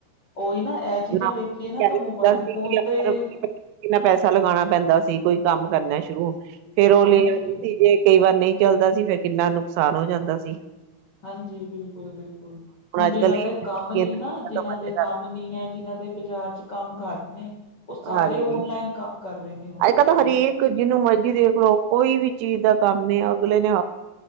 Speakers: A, on the left; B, on the right.
A: ਉਹੀ ਨਾ ਇਹ ਚੀਜ਼ਾਂ
B: ਨਾ
A: ਵੇਖੀਏ ਨਾ
B: ਕਹਿ
A: ਤਾਂ
B: ਦਿੱਤਾ
A: ਮੋਬਾਇਲ
B: ਸੀ
A: ਫੋਨ
B: ਕਿ ਆਪਾਂ
A: ਤੇ
B: ਕਿੰਨਾ ਪੈਸਾ ਲਗਾਉਣਾ ਪੈਂਦਾ ਸੀ, ਕੋਈ ਕੰਮ ਕਰਨਾ ਸ਼ੁਰੂ। ਫੇਰ ਉਹ
A: ਹਾਂਜੀ
B: ਲੈ ਆਦੇ ਸੀ ਜੇ ਕਈ ਵਾਰ ਨਹੀਂ ਚੱਲਦਾ ਸੀ ਫੇਿਰ ਕਿੰਨਾ ਨੁਕਸਾਨ ਹੋ ਜਾਂਦਾ ਸੀ।
A: ਹਾਂਜੀ ਬਿਲਕੁਲ ਬਿਲਕੁਲ ਹੁਣ
B: ਅੱਜ
A: ਜਿਨਾਂ
B: ਕੱਲ
A: ਦੇ ਕੰਮ
B: ਹਾਂਜੀ
A: ਨੀ
B: ਅੱਜ
A: ਨਾ ਜਿਹਨਾਂ ਦੇ ਕੰਮ ਨੀ ਹੈ ਜਿਹਨਾਂ ਦੇ ਬਾਜ਼ਾਰ ਚ ਕੰਮ ਘੱਟ ਨੇ ਉਹ ਸਾਰੇ
B: ਹਾਂਜੀ
A: ਓਨਲਾਈਨ ਕੰਮ ਕਰ ਰਹੇ ਨੇ ਹੁਣ
B: ਅੱਜ- ਕੱਲ ਤਾਂ ਹਰੇਕ ਜਿਹਨੂੰ ਮਰਜ਼ੀ ਦੇਖ ਲਓ ਕੋਈ ਵੀ ਚੀਜ਼ ਦਾ ਕੰਮ ਅਗਲੇ ਨੇ